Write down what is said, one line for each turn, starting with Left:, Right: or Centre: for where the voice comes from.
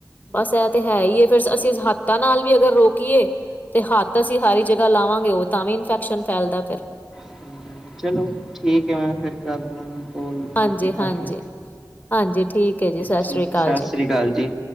Left: ਬਸ ਇਹ ਤੇ ਹੈ ਹੀ ਐ, ਫੇਰ ਅਸੀਂ ਹੱਥਾਂ ਨਾਲ ਵੀ ਅਗਰ ਰੋਕੀਏ। ਤੇ ਹੱਥ ਅਸੀਂ ਹਾਰੀ ਜਗਾ ਲਾਵਾਂਗੇ। ਉਹ ਤਾਂ ਵੀ ਇਨਫੈਕਸ਼ਨ ਫੈਲਦਾ ਫੇਰ
Centre: ਹੂੰ ਚਲੋ ਠੀਕ ਐ ਮੈਂ, ਫੇਰ ਕਰ ਲਾਂਗਾ। ਹੁਨ
Left: ਹਾਂਜੀ
Centre: ਰੋਟੀ ਖਾ
Left: ਹਾਂਜੀ
Centre: ਦੀ,
Left: ਹਾਂਜੀ ਠੀਕ ਹੈ ਜੀ ਸਤਿ
Centre: ਠੀਕ,
Left: ਸ੍ਰੀ ਅਕਾਲ
Centre: ਸਤਿ
Left: ਜੀ
Centre: ਸ੍ਰੀ ਅਕਾਲ ਜੀ।